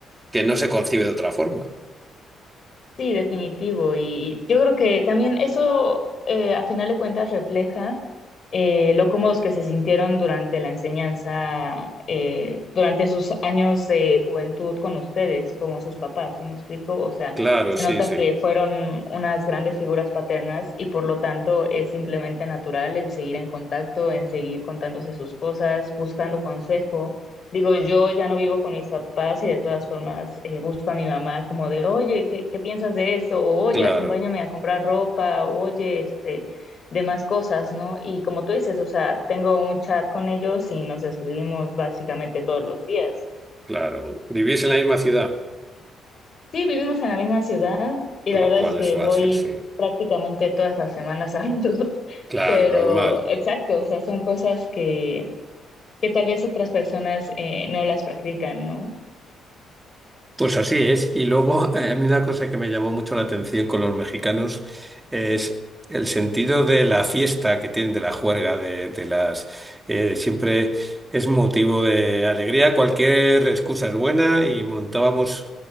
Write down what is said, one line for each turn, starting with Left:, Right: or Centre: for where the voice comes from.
Right: que no se concibe de otra forma.
Left: Sí, definitivo. Y yo creo que también eso, eh, a final de cuentas, refleja eh, lo cómodos que se sintieron durante la enseñanza, eh, durante sus años de juventud con ustedes, como sus papás, ¿sí me explico? O sea,
Right: Claro,
Left: se
Right: sí,
Left: nota
Right: sí,
Left: que fueron unas grandes figuras paternas y por lo tanto es simplemente natural el seguir en contacto, en seguir contándose sus cosas, buscando consejo. Digo, yo ya no vivo con mis papás y de todas formas eh, busco a mi mamá como de, oye, ¿qué, qué piensas de esto? O, oye,
Right: claro,
Left: acompáñame a comprar ropa, oye, este, demás cosas, ¿no? Y como tú dices, o sea, tengo un chat con ellos y nos escribimos básicamente todos los días.
Right: claro. Vivís en la misma ciudad,
Left: Sí, vivimos en la misma ciudad y
Right: con
Left: la
Right: lo
Left: verdad
Right: cual
Left: es que
Right: es fácil,
Left: voy
Right: sí.
Left: prácticamente todas las semanas a verlos, <laughs>
Right: Claro,
Left: pero
Right: normal.
Left: exacto, o sea, son cosas que, que tal vez otras personas eh, no las practican, ¿no?
Right: Pues así es. Y luego, eh, a mí una cosa que me llamó mucho la atención con los mexicanos es el sentido de la fiesta que tienen, de la juerga, de, de las... eh, siempre es motivo de alegría, cualquier excusa es buena y montábamos